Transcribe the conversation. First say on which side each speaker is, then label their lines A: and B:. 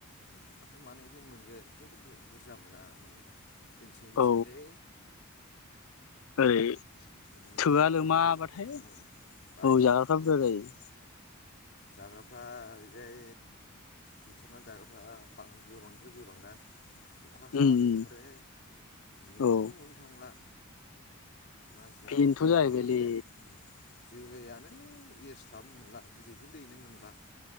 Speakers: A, on the left; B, on the left.
A: उम माफा मानैखौ मोनगोन खिन्थु बु बुरजा मोना मोननाया। जोंथिबो बिदिनोलै
B: औ ओरै
A: बुनानै
B: थोआ
A: जाग्राफ्रा
B: लोमाबाथाय
A: बुरजाथारना
B: औ
A: ओं बायो
B: जाग्राफ्रा बुरजा जायो। ‌
A: जाग्राफ्रा ओरैजाय बुथारना जाग्राफ्रा गोबांनिफ्राय गोबां ना अखा हाबानो
B: उम उम
A: ओंखारो मेम्बुखौनो
B: औ
A: नुनो थांला। मा जाबावगोन
B: बेनोथ'
A: दा
B: जाहैबायलै
A: जोलैया जोलैया नै एरस्लाब मोनला बिदैखौनो दैनो मोनला।